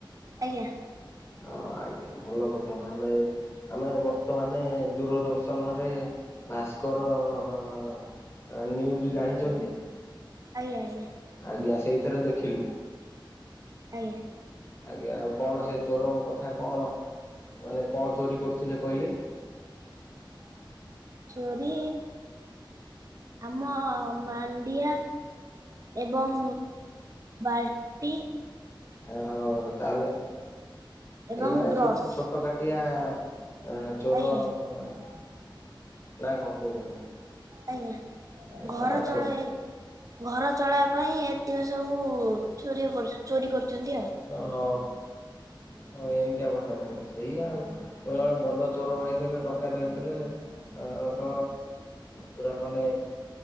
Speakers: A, on the right; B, on the left.
A: ଆଜ୍ଞା।
B: ହଁ ଆଜ୍ଞା ଭଲ କଥା ଆମେ ଆମେ ବର୍ତ୍ତମାନେ ଦୂରଦର୍ଶନ ରେ। ଭାସ୍କର ଅ ନ୍ୟୁଜ ଜାଣିଛନ୍ତି?
A: ଆଜ୍ଞା ଆଜ୍ଞା।
B: ଆଜ୍ଞା ସେଇଥିରେ ଦେଖିଲୁ।
A: ଆଜ୍ଞା।
B: ଆଜ୍ଞା ଆଉ କଣ ସେ ଚୋର କଥା କଣ ମାନେ କଣ ଚୋରି କରୁଥିଲେ କହିଲେ? ଆ।
A: ଚୋରି ଆମ ମାଣ୍ଡିଆ। ଏବଂ ବାଲଟି।
B: ଓହୋ ତାହେଲେ
A: ଏବଂ
B: ଏଇ ମାନେ
A: ବ୍ରସ୍
B: ଛୋ-ଛୋଟ କା ଟିଆ ଏ ଚୋର।
A: ଆଜ୍ଞା
B: ନା କଣ କହୁଛନ୍ତି
A: ଆଜ୍ଞା।
B: ଏ
A: ଘର
B: ତା
A: ଚଳାଇ
B: ଛୋ
A: ଘର ଚଳେଇବା ପାଇଁ ଏତିକ ସବୁ ଚୋରି କରୁ ଚୋରି କରୁଛନ୍ତି ଆଉ।
B: ଓହୋ ଓ ଏମିତିଆ କଥା ତାହେଲେ ସେଇଆ ଆଉ। <unintelligible> ବଡ ଚୋର ହେଇଥିଲେ ଡକାୟତ ହେଇଥିଲେ। ଆ ତ ପୁରା ମାନେ